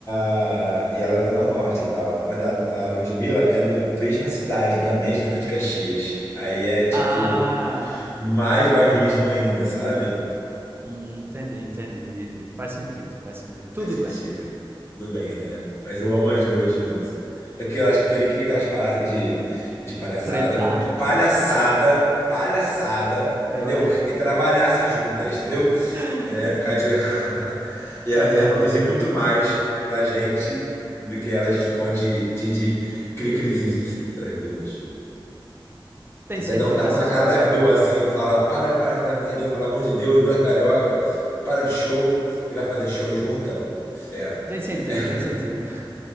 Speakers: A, on the left; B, on the right.
A: a- e ela é do Zona Norte e tal. Mas a, a Ludmilla é da mesma cidade, também é de Duque de Caxias. Aí é tipo
B: Ah,
A: mais bairrismo ainda, sabe?
B: hum, entendi, entendi. Faz sentido, faz sentido. Tudo
A: Faz sentido.
B: bem.
A: Tudo bem, né? Mas eu amo as duas muito. Aquelas, queria, queria que elas parassem de, de palhaçada,
B: Tretar.
A: de palhaçada, palhaçada,
B: Ela...
A: entendeu? E trabalhassem juntas, entendeu?
B: <laughs>
A: É, ficar de... <laughs> ia,
B: É verdade,
A: ia produzir
B: é
A: muito
B: verdade.
A: mais pra gente do que elas ficam de, de, de cri-crizice entre as duas.
B: Tem
A: Você
B: sentido
A: dá um tapa
B: essa
A: na
B: sua,
A: cara das
B: sua
A: duas,
B: fala.
A: assim, eu falo, para de parar com essas duas, pelo amor de Deus, duas carioca, para de show, e vai fazer show junta? Inferno,
B: Tem
A: <laughs>
B: sentido,
A: inferno.
B: tem sentido. <laughs>